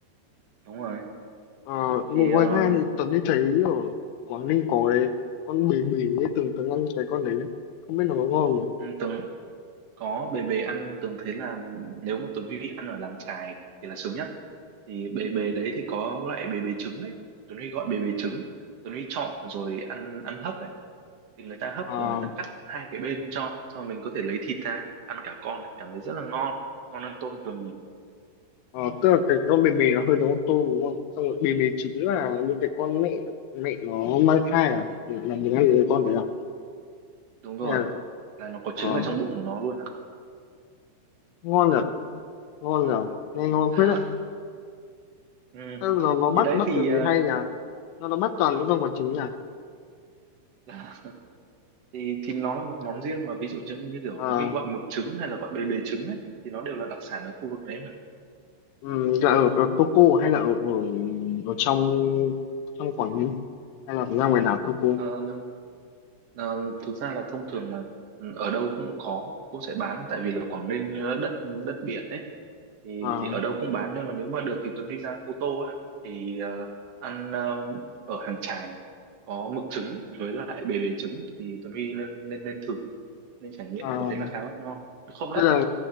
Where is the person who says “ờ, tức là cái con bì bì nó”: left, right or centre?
Left